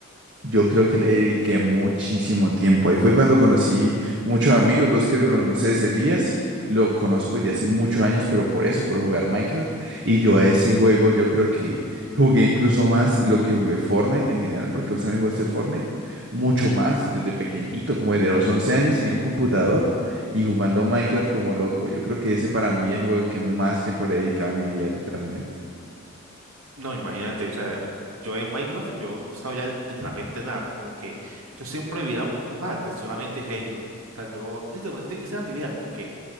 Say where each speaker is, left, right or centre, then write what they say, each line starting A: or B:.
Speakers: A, on the right (about 55°); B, on the right (about 80°).
A: Yo creo que le dediqué muchísimo tiempo. Ahí fue cuando conocí muchos amigos. Vos creo que lo conoces, Elías. Lo conozco desde hace muchos años, pero por eso, por jugar Minecraft. Y yo a ese juego, yo creo que jugué incluso más de lo que jugué Fortnite en general, porque vos también jugaste Fortnite mucho más desde pequeñito, como desde los 11 años tenía un computador y jugando Minecraft como loco. Yo creo que ese para mí es el juego que más tiempo le he dedicado en mi vida, literalmente.
B: No, imagínate, o sea, yo en Minecraft yo no sabía li- literalmente nada, como que yo siempre vivía en la burbuja de solamente Halo. O sea, yo literalmente, esa era mi vida, como que